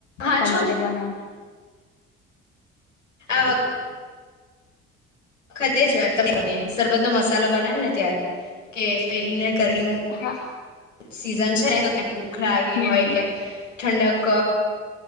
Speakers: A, on the left; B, on the left.
A: હા
B: કમ્પ્લીટ
A: જો
B: બનાવો.
A: હ <unintelligible> વખતે જસરરબત નો મસાલો બનાય ને ત્યારે કે, પેલીને ગરમી
B: હા
A: સીઝન છેને તો ક ભૂખલાાગી
B: હમ
A: હોય કે ઠંડક